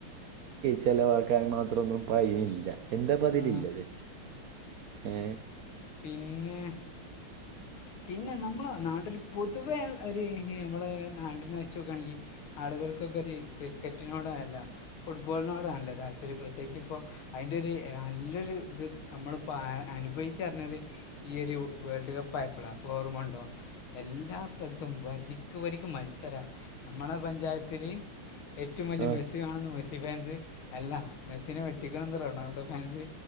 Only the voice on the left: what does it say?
ആ
പിന്നെ പിന്നെ നമ്മൾ നാട്ടൊില് പൊതുവെ ഒരു നമ്മള് നാടിനെ വെച്ചു നോക്കുകയാണെങ്കിൽ ആളുകൾക്കൊക്കെ ഒരു ക്രിക്കറ്റിനോടാണല്ലോ ഫുട്ബോളിനോടാണല്ലോ താല്പര്യം പ്രത്യേകിച്ച് ഇപ്പോൾ അതിന്റെ ഒരു നല്ലൊരു ഇത് നമ്മളിപ്പോ അനുഭവ റിഞ്ഞത് ഈ ഒരു വേൾഡ് കപ്പ് ആയപ്പോടാ അപ്പൊ ഓർമണ്ടോ എല്ലാ സ്ഥലത്തും വരിക്ക് വരി ക്ക് മത്സരാ നമ്മുളെ പഞ്ചായത്തിൽ ഏറ്റവും വലിയ
മെസ്സ് കാണുന്നു മെസ്സി ഫാൻസ് അല്ല മെസ്സിനെ വെട്ടിക്കണന്ന് റൊണാൾഡോ ഫാൻസ്